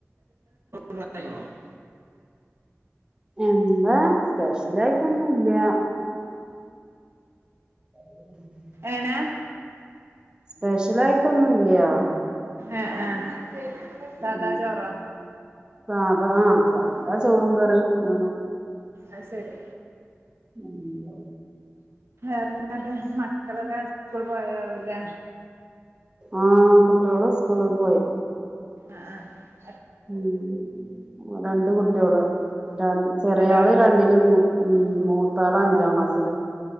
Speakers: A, on the right (about 55°); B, on the right (about 20°).
A: <unintelligible>
B: എന്താ സ്പെഷ്യലായിട്ടൊന്നുല്യാ <unintelligible>
A: ഏനാ
B: സ്പെഷ്യലായിട്ടൊന്നുല്യാ
A: ആഹ ആഹ സദാ
B: ഉം
A: ചോറാ
B: സാധാ ആ സാധാ ചോറും കറിയും അങ്ങനെ
A: അ ശരി
B: ഉം.
A: വേറെന്താണ് മ ക്കളൊക്കെ സ്കൂ പോയികാണുല്ലേ
B: ആ കുട്ടികള് സ്കൂളിൽ പോയി
A: ആഹ ആഹ്‌.
B: ഉം രണ്ട് കുട്ടികള് ര ചെറിയ
A: രണ്ടാളോ
B: ആള് ര വല് മൂ ഉ മൂത്താള് അഞ്ചാ ക്ലാസ്സില്